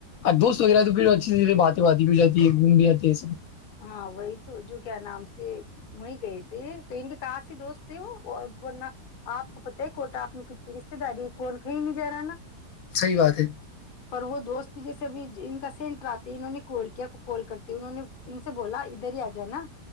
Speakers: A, on the left (about 65°); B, on the left (about 50°).
A: دوست وغیرہ تو پھر اچھی سےے بات واد بھی جاتی گم بھی آتی
B: ہاں وہی تو جو کیا نام سے وہیں گئے تھے تو ان کے کاسیی دوست تھے وہ ورنہ آپ کو پتا ہے کوٹا آپ نے کتنی رشتے داری ہے کون کہیں نہیں جا رہا نا
A: صحی بات ہے
B: پر وہ دوست بھی جیسے بھی ان کا سینٹ آتے انہوں نے ک کیا کال کرتے انہوں نے ان سے بولا ادھر ہی آ جانا